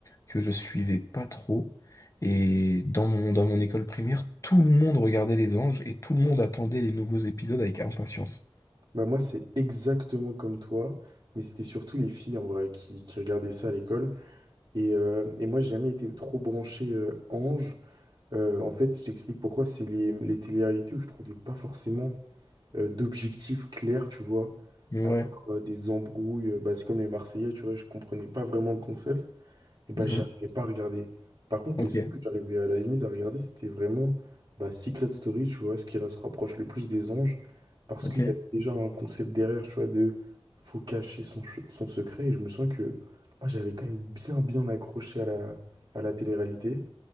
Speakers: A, on the left (about 35°); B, on the right (about 50°).
A: que je suivais pas trop. Et dans mon, dans mon école primaire, tout le monde regardait Les Anges et tout le monde attendait les nouveaux épisodes avec impatience.
B: Bah moi, c'est exactement comme toi, mais c'était surtout les filles en vrai qui, qui regardaient ça à l'école. Et, euh, et moi, j'ai jamais été trop branché euh, ange. Euh, en fait, je t'explique pourquoi. C'est les, les télé-réalités où je trouvais pas forcément euh, d'objectifs clairs, tu vois.
A: Ouais.
B: À part, euh, des embrouilles, euh, bah, c'est comme les Marseillais, tu vois, je comprenais pas vraiment le concept. Et bah,
A: Mhm.
B: j'arrivais pas à regarder. Par contre,
A: Ok,
B: les seuls que j'arrivais à la limite à regarder, c'était vraiment bah, Secret Story, tu vois, ce qui se rapproche le plus des anges, parce
A: ok,
B: qu'il y avait déjà un concept derrière, tu vois, de faut cacher son, ch- son secret. Et je me sens que moi, j'avais quand même bien, bien accroché à la, à la télé-réalité.